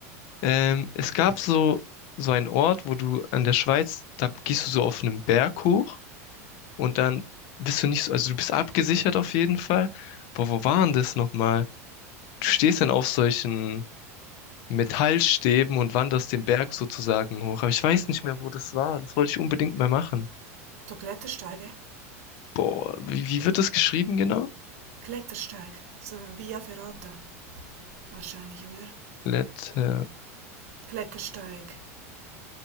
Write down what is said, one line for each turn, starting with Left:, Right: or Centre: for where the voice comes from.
Left: Ähm, es gab so, so einen Ort, wo du an der Schweiz, da gehst du so auf einen Berg hoch und dann bist du nicht so, also du bist abgesichert auf jeden Fall. Boah, wo war denn das nochmal? Du stehst dann auf solchen Metallstäben und wanderst den Berg sozusagen hoch. Aber ich weiß nicht mehr, wo das war. Das wollte ich unbedingt mal machen.
Right: So Klettersteige,
Left: Boah, wie, wie wird das geschrieben genau?
Right: Klettersteig, so Via Ferrata wahrscheinlich, oder?
Left: Klettersteig.
Right: Klettersteig,